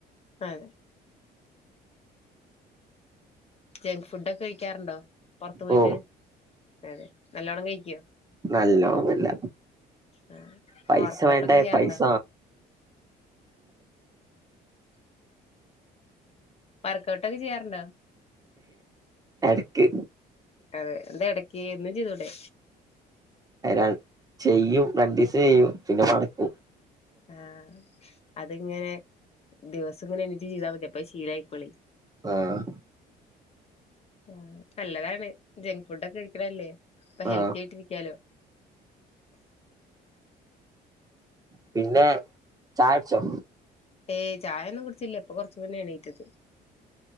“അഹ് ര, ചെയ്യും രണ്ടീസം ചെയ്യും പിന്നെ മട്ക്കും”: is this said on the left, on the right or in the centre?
Right